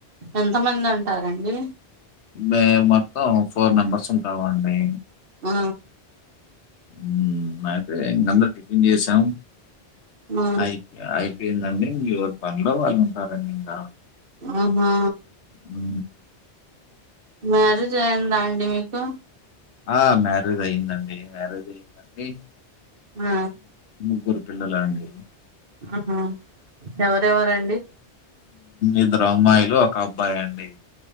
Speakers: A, on the right (about 55°); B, on the left (about 75°).
A: ఎంత మంది ఉంటారండి
B: మేము మొత్తం ఫోర్ మెంబర్స్ ఉంటామండి
A: ఆ
B: ఉమ్ అయితే ఇంకందరు టిఫిన్ చేసాము
A: ఆ
B: అయి అయిపోయిందండి ఇంక ఎవరి పనిలో వాళ్ళు ఉంటారండి ఇంకా
A: ఆహా
B: ఉ
A: మ్యారేజ్ అయిందా అండి మీకు
B: ఆ మ్యారేజ్ అయిందండి మ్యారేజ్ అయ్యిందా అండి
A: ఆ
B: ముగ్గురు పిల్లలే అండి
A: ఆహ ఎవరెవరండి
B: ఇద్దరు అమ్మాయిలు ఒక అబ్బాయి అండి